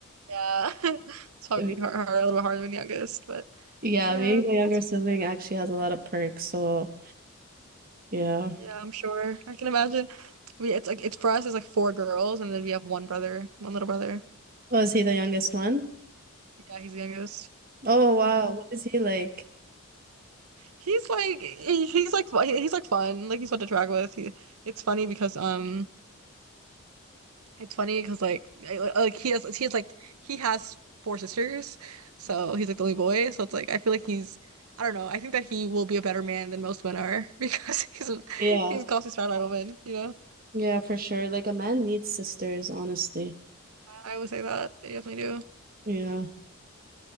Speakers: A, on the right; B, on the right.
A: Yeah. <laughs> It's probably
B: <laughs>
A: being hard, hard, a little bit harder than the youngest, but
B: Yeah,
A: yeah,
B: being the younger
A: that's
B: sibling actually has a lot of perks. So, yeah.
A: yeah, I'm sure. I can imagine. We it's like it's for us it's like four girls and then we have one brother, one little brother.
B: Oh, is he the youngest one?
A: Yeah, he's the youngest.
B: Oh, wow.
A: hmm
B: What is he like?
A: He's like he, he's like fu- he- he's like fun. Like he's fun to drag with. He, it's funny because um It's funny because like I- li- like he has he has like he has four sisters, so he's like the only boy. So it's like I feel like he's I don't know. I think that he will be a better man than most men are <laughs> because he's
B: Yeah.
A: he's constantly surrounded by women. You know,
B: Yeah, for sure. Like a man needs sisters, honestly.
A: I would say that they definitely do.
B: Yeah.